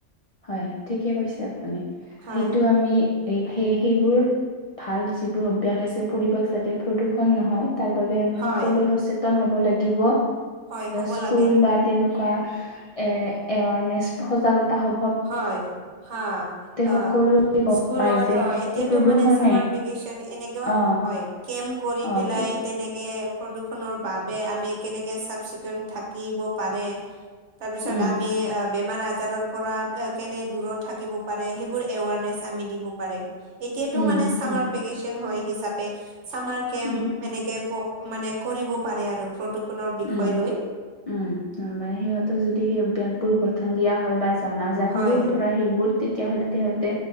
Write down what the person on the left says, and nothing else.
হয়। ঠিকে কৈছে আপুনি
সেইটো আমি এই সেই সেইবোৰ ভাল যিবোৰ অভ্যাস আছে। পৰিৱেশ যাতে প্ৰদূষণ নহয়। তাৰ বাবে আমি
সকলোৱে সচেতন হ'ব লাগিব
স্কুল
বা তেনেকুৱ আ এ আৱাৰ নেছ সজাগতা হব।
সকলো
পায় যে
এই প্ৰদূষণে
অ
অ
প্ৰ-
উম
উম
হয়
উম
উম-উম
মানে সিহঁতক যদি সেই অভ্য়াসবোৰ গঠন দিয়া হয় বা জনাজা
সৰুৰ পৰা সেইবোৰ তেতিয়াহ'লে তেহঁতে